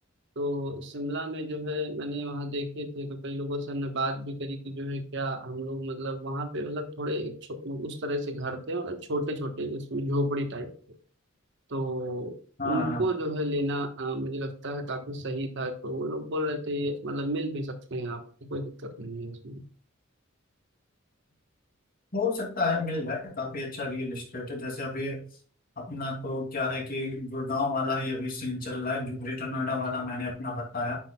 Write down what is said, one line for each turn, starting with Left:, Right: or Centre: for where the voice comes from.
Right: तो शिमला में जो है मैंने वहाँ देखे थे तो कई लोगों से हमने बात भी करी कि जो है क्या हम लोग मतलब वहाँ पे मतलब थोड़े छो, उस तरह से घर थे मतलब छोटे छोटे उसमें झोपड़ी टाइप के तो
Left: हाँ
Right: उनको
Left: हाँ
Right: जो है लेना अ, मुझे लगता है काफी सही था तो वो लोग बोल रहे थे ये मतलब मिल भी सकते हैं आपको कोई दिक्कत नहीं है उसमें
Left: हो सकता है मिल जाए काफी अच्छा रियल इस्टेट है जैसे अभी अपना तो क्या है कि गुड़गांव वाला ही अभी सीन चल रहा है जो ग्रेटर नोएडा वाला मैंने अपना बताया